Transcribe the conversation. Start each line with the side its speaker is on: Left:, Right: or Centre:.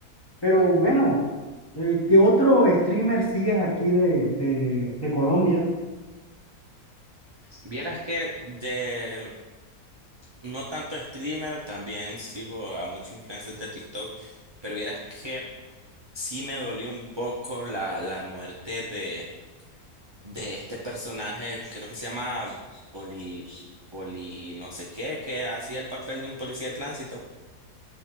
Left: Pero bueno, eh, ¿qué otro streamer sigues aquí de, de, de Colombia?
Right: Vieras que de no tanto streamer, también sigo a muchos influencers de TikTok, pero vieras que sí me dolió un poco la, la muerte de, de este personaje, creo que se llama Poli, Poli no sé qué, que hacía el papel de un policía de tránsito.